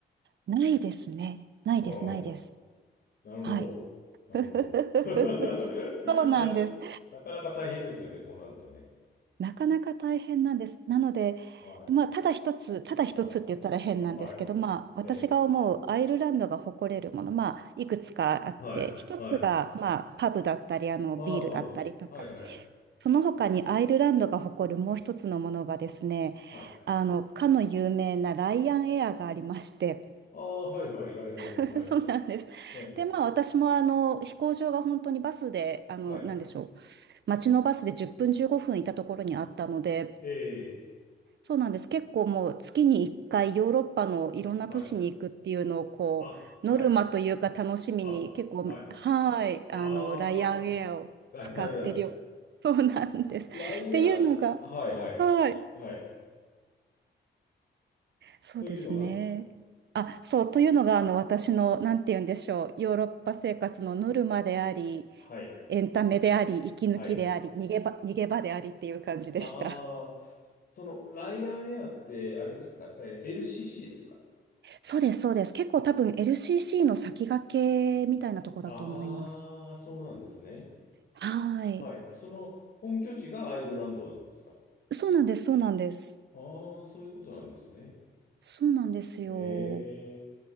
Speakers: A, on the right; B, on the left.
A: ないですね。ないです、
B: ああ、
A: ないです。
B: なるほど。
A: はい。
B: なるほど。
A: <laughs>
B: <laughs>
A: そうなんです。
B: なんか、なかなか大変ですよね、そうなるとね。
A: なかなか大変なんです。なので、
B: はい、
A: まあ、ただ一つ、ただ一つって言ったら変なんですけど、
B: はい。あ、はい。
A: まあ、私が思うアイルランドが誇れるもの、
B: ええ。
A: まあ、いくつかあって、
B: はい、
A: 一つが、
B: はい。
A: まあ、パブだったり、あの、
B: ああ、
A: ビールだったりとか、
B: パブ。はいはい。
A: その他にアイルランドが誇るもう一つのものがですね、
B: はい。
A: あの、かの有名なライアンエアがありまして、
B: ああ、はいはい、ライアンエア、
A: <laughs>
B: はい。
A: そうなんです。
B: え、
A: で、まあ私もあの飛行場が本当にバスで、あの、
B: はい。
A: なんでしょう、街のバスで10分15分いたところにあったので、
B: ええ、
A: そうなんです。結構もう月に1回ヨーロッパのいろんな都市に行くっていうのをこうノルマというか楽しみに結構はいあのライアンエアを使ってるよ。
B: はい。あ、はい。あ、はい。ああ、ライアンエア。
A: <laughs> そうなんです。
B: ライアン、
A: っていうのが
B: はいはい。
A: はい
B: はい。
A: そうですね。
B: というのが、
A: あ、そうというのがあの私のなんて言うんでしょうヨーロッパ生活のノルマであり
B: はい。
A: エンタメであり息抜きであり逃げ場、
B: はい。
A: 逃げ場でありっていう感じでした。
B: ああ、そその、ライアンエアって、あれですか、えー LCC ですか。
A: そうです、そうです。結構多分 LCC の先駆けみたいなとこだと思います。
B: ああ、そうなんですね。
A: はい。
B: はい。その、本拠地がアイルランドなんですか。
A: そうなんです、そうなんです。
B: ああー、そういうことなんですね。
A: そうなんですよ。
B: ええ、